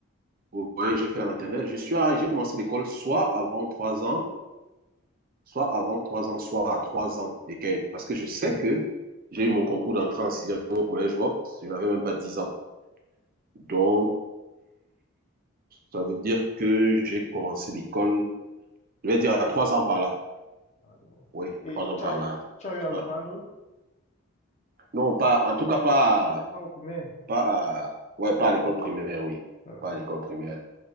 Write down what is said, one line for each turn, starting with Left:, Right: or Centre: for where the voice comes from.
Right: ouais, j'ai fait la maternelle. Je suis, à- j'ai commencé l'école soit avant trois ans, soit avant trois ans, soit à trois ans et quelques. Parce que je sais que j'ai eu mon concours d'entrée en sixième au collège Vaux, je n'avais même pas dix ans. Donc, ça veut dire que j'ai commencé l'école, je vais dire à trois ans par là.
Left: Ah, je vois.
Right: Oui,
Left: Et
Right: trois ans
Left: tu
Right: par
Left: as,
Right: là.
Left: tu as eu à reprendre?
Right: Ouais. Non, pas, en tout cas, pas,
Left: Pas au primaire?
Right: pas, à- ouais, pas à l'école primaire, oui.
Left: Ah ouais.
Right: Pas à l'école primaire.